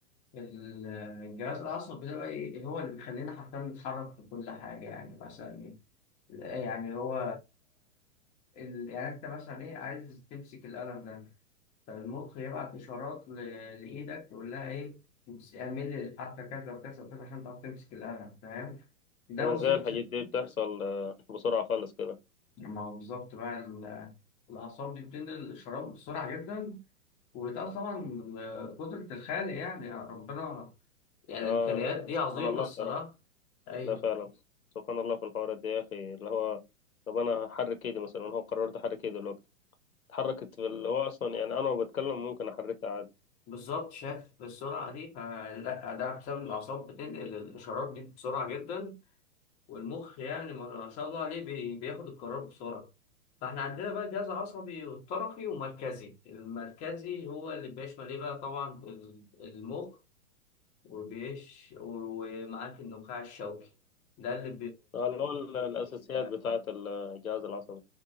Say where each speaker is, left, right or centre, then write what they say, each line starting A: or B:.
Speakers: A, on the left; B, on the left.
A: ال- الجهاز العصبي ده بقى ايه هو اللي بيخلينا حرفيا نتحرك في كل حاجه يعني مثلا ايه لا، يعني هو ال- يعني انت مثلا ايه عايز تمسك القلم ده فالمخ يبعت اشارات ل- لايدك يقول لها ايه امس- اعمل لي الحركه كذا وكذا وكذا عشان تعرف تمسك القلم فاهم ده
B: طب ازاي
A: وظيفته
B: الحاجات دي بتحصل آه، بسرعة خالص كده
A: ما هو بالظبط بقى ال- الاعصاب دي بتنقل الاشارات بسرعه جدا وده طبعا قدرة الخالق يعني يا ربنا يعني
B: اه
A: الإمكانيات دي
B: سبحان
A: عظيمة
B: الله
A: الصراحة
B: بصراحة
A: أيوه
B: لا فعلا سبحان الله في الحوارات دي يا اخي اللي هو طب انا هحرك ايدي مثلا هو قررت احرك ايدي دلوقتي اتحركت في اللي هو اصلا يعني انا وبتكلم ممكن احركها عادي
A: بالظبط شاف السرعة دي فلا ده بسبب إن الأعصاب بتنقل الإشارات دي بسرعة جدا والمخ يعني ما شاء الله عليه بي- بياخد القرار بسرعة فإحنا عندنا بقى جهاز عصبي وطرفي ومركزي المركزي هو اللي بيشمل إيه بقى طبعا ال- المخ وبيش ومعاك النخاع الشوكي ده اللي
B: آه، اللي هو ال- الاساسيات بتاعه الجهاز العصبي